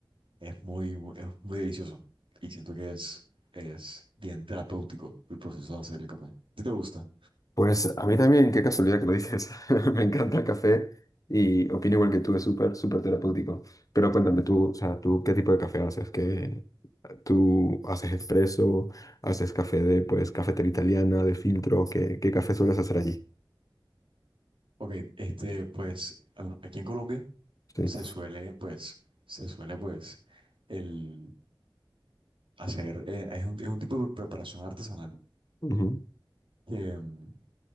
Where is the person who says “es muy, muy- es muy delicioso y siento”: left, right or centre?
Right